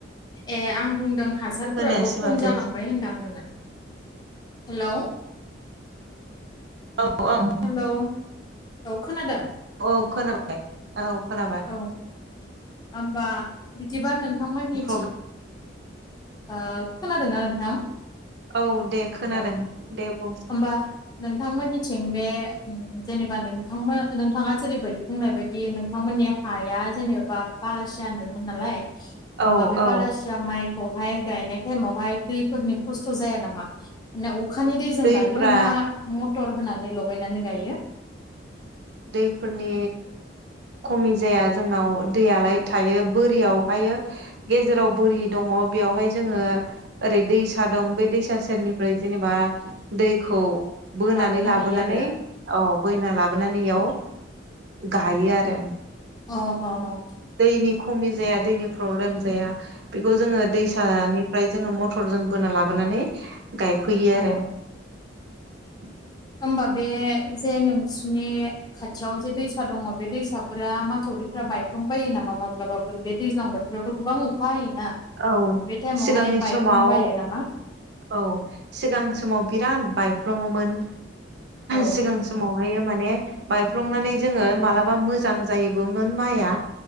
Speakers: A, on the left; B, on the right.
A: ए आं बुंदों हासारफोराबो
B: खोनायासै
A: खम
B: माथो
A: जालांबाय होनदां होननानै। हेलौ।
B: औ औ।
A: हेलौ औ खोनादों।
B: औ खोनाबाय औ खोनाबाय।
A: औ होमबा बिदिबा नोंथांमोननिथि
B: प्रब्लेम
A: ओ खोनादोंना नोंथां।
B: औ दे खोनादों
A: औ
B: दे बुं।
A: होमबा नोंथांमोननिथिं बे जेनेबा नोंथांमोन नोंथाङा जेरैबायदि बुंनाय बायदि नोंथांमोननि हाया जेनेबा बालासिया होनदोंमोन नालाय होमबा
B: औ
A: बे
B: औ
A: बलासिया माइखौ बहाय गायनाय टाइमावहाय दैफोरनि खस्थ जाया नामा मा अखानि दैजों
B: दैफ्रा
A: गायो ना मटर होनानै लगायनानै गायो
B: दैफोरनि खमि जाया जोंनाव दैयालाय थायो बोरियावहाय गेजेराव बोरि दङ बेयावहाय जोङो ओरै दैसा दं बे दैसा सेरनिफ्राय जेनेबा दैखौ बोनानै
A: लाबोनो
B: लाबोनानै
A: हायो आरो अ
B: औ बोना लाबोनानै इयाव गायो आरो।
A: अ अ अ।
B: दैनि खमि जाया दैनि प्रब्लेम जाया बेखौ जोङो दैसानि ओमफ्राय जोङो मटरजों बोना लाबोनानै गायफैयो
A: अ
B: आरो।
A: औ
B: <inaudible>
A: होमबा बे जे नोंसनि खाथियाव जे दैसा दङो बे दैसाफोरा माथावरि बायफ्लांबायो नामा माब्लाबाफोर बे दैज्लां बोथोरावथ गोबां अखा हायो।
B: औ
A: बे टाइमावहाय
B: सिगांनि
A: बायफ्लांबायो
B: समाव
A: नामा।
B: औ सिगां समाव बिराद बायफ्लङोमोन
A: औ
B: सिगां समाव बायो माने बायफ्लंनानै जोङो मालाबा मोजां जायोबोमोन माइआ।